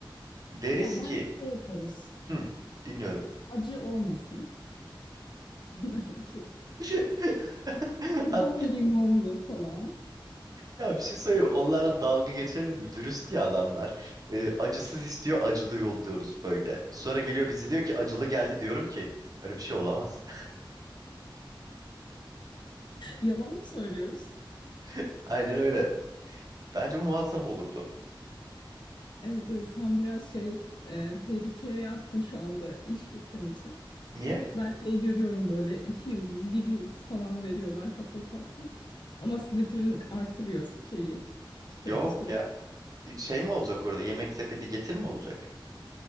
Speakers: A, on the right (about 45°); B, on the left (about 65°).
A: Deriz
B: Ya ben
A: ki,
B: şey yaparız.
A: hı, dinliyorum.
B: Acı olmasın <laughs> onlarınki.
A: <laughs>
B: Şimdi
A: At-
B: bol limonlu falan.
A: Ya bir şey söyleyeyim. Onlara dalga geçelim mi? Dürüst ya adamlar. Ee, acısız istiyor, acılı yolluyoruz böyle. Sonra geliyor bizi diyor ki acılı geldi diyorum ki öyle bir şey olamaz.
B: Yalan mı söylüyoruz?
A: <laughs> Aynen öyle. Bence muazzam olurdu.
B: Evet, evet sen biraz şey e, tehlikeye attın şu anda iş fikrimizi.
A: Niye?
B: Ben şey görüyorum böyle iki yıldız bir yıldız falan veriyorlar Hufflepuff'tan. Ama Slytherin artırıyor şeyi çıtayı
A: Yok
B: sürekli.
A: ya.
B: <laughs>
A: Şey mi olacak orada? Yemek sepeti getir mi olacak?